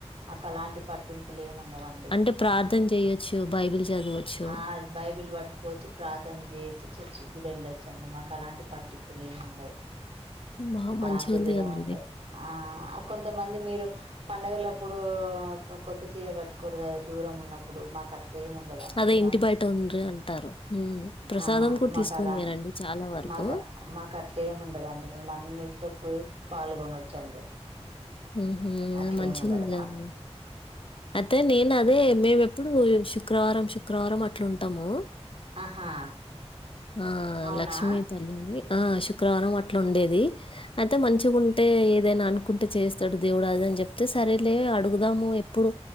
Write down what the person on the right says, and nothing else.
మాకు అలాంటి పట్టింపులు ఏము ఉండవండి
ఆ బైబిల్ పట్టుకోవచ్చు ప్రార్థన చేయొచ్చు చర్చ్ గుడ వెళ్ళొచ్చండి మాకు అలాంటి పట్టింపులు ఏమి ఉండవు
అలాంటిది
ఏమి
ఉండదు ఆ కొంతమంది మీరు పండగలప్పుడు కొత్త చీర కట్టుకోరు కదా దూరం ఉన్నప్పుడు మాకు అట్లే ఏమి ఉండదు మేమన్న
ఆ
మాకు
అలా
మాకు మాకు అట్లా ఏమి ఉండదండి మేము అన్నిట్లో పోయి పాల్గొనవచ్చండి
అట్లేమి
ఉండది
మాపక్క
ఆహా
అవునా